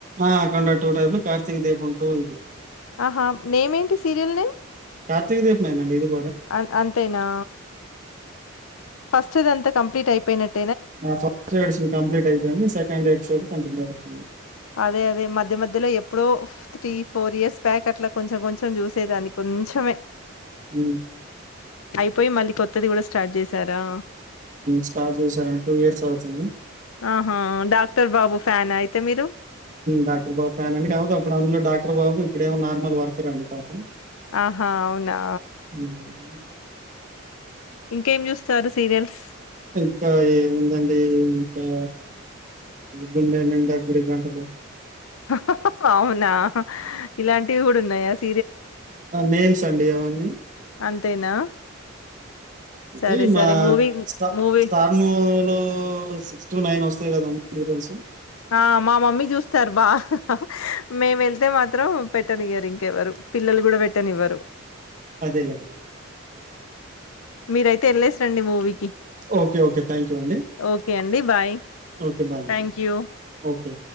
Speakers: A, on the right; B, on the left.
A: ఆ అకండా టూ టైప్లో కార్తీక దేపం టూ ఇది
B: ఆహా నేమేంటి సీరియల్ నేమ్
A: కార్తక దీపమేనండి ఇదికూ
B: అన్ ఆ అంతేనా ఫస్టుధాంతా కంప్లీట్ అయిపోయినట్
A: ఆ ఫస్ట్ ఎడ్ కంప్లీట్ అయిపోయింది సెకండ్ ఎపిసోడ్ కొంచెం <unintelligible> అవుతుంది
B: అదే అదే మధ్య మధ్యలో ఎప్పుడో త్రీ ఫోర్ ఇయర్స్ బ్యాక్ అట్లా ట్ల కొంచెం కొంచెం చూసేదాన్ని కొంచమే
A: అ
B: అయిపోయి మళ్ళీ కొత్తది కూడా స్టార్ట్ చేసారా
A: స్టార్ట్ చేసార టూ ఇయర్స్ అవుతుంది
B: ఆహా! 'డాక్టర్ బాబు' ఫ్యానా అయితే మీరు
A: డాక్టర్ బాబు ఫ్యాన్ అండి కాదు అప్పుడు అందులో డాక్టర్ బాబు ఇప్పుడమో నార్మల్ వర్కర్ అండి పాపం
B: ఆహా అవునా
A: హ్మ్.
B: ఇంకేం జూస్తారు సీరియల్స్?
A: ఇంకా ఏముందండి హ గుండె నిండా గుడి గంటలు
B: అహ అహ అవునా ఇలాంటివి కూడా ఉన్నాయి సార్
A: నేమ్స్ అండి అవన్నీ
B: అంతేనా?
A: అంటే
B: సరే
A: మా
B: సరే మూవీ
A: స్ట
B: మూవీ
A: స్టార్మలో సిక్స్ టూ నైన్ వస్తాయి కదా అండి మీకు తెలుసు
B: ఆ మా మమ్మీ చూస్తారు బాగా మేము వెళ్తే మాత్రం పెట్టని ఇవ్వరు ఇంకెవ్వరు పిల్లలు కూడా పెట్టని ఇవ్వరు
A: అదేలేండి
B: మీరయితే వెళ్ళసి రండి మూవీకి
A: ఓకే ఓకే థ్యాంక్ యూ అండి
B: ఓకే అండి bye
A: okay bye
B: thank you
A: okay